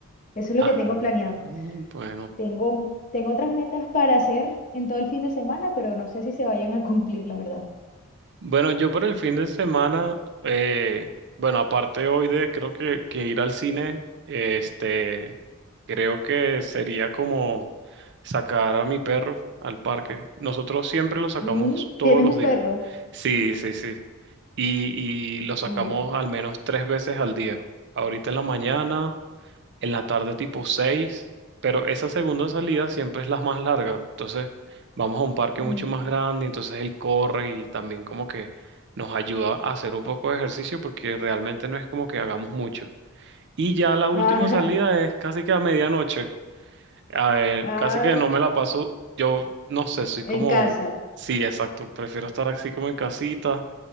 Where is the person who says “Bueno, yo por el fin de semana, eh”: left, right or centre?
Right